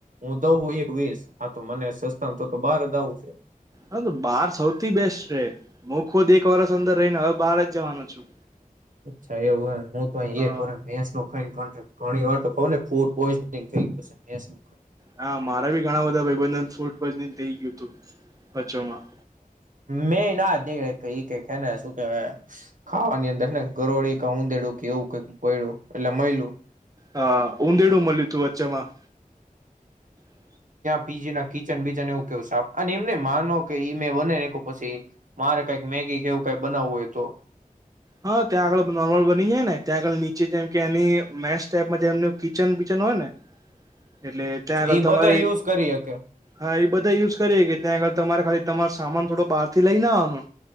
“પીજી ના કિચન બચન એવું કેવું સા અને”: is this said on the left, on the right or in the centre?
Right